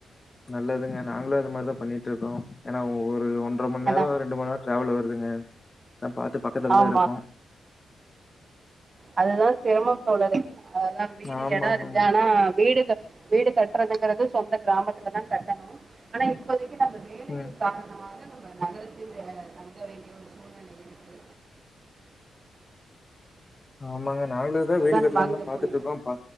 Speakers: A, on the left; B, on the right.
A: நல்லதுங்க நாங்ளூ அது மாரிதா பண்ணிட்ருக்கோ ஏனா ஒவொ ரு ஒன்றமண்
B: ஏன்னா
A: நேரோ ரெண்டு மண் நேரோ ட்ரேவெல் வருதுங்க அதா பாத்து பக்கத்துலதா
B: ஆமா
A: இருக்கோ
B: அதுதா சிரமம் தோழரே அதா வீடு
A: ஆமா,
B: எடோ
A: ஆமாங்க.
B: இருக்கு ஆனா வீடு கட் வீடு கட்றதுங்குறது சொந்த கிராமத்துல தா கட்டணு ஆனா இப்போதிக்கி நம்ம வேலையின்
A: ம்.
B: காரணமாக நம்ப நகரத்தில்லே தங்க வேண்டிய ஒரு சூழ்நெல இருக்கு
A: ஆமாங்க நானுதா வீடு
B: அதா
A: கட்டுலாந்தா
B: நம்ம அங்க
A: பாத்துட்டு
B: போயிட்டு
A: இருக்கோ பா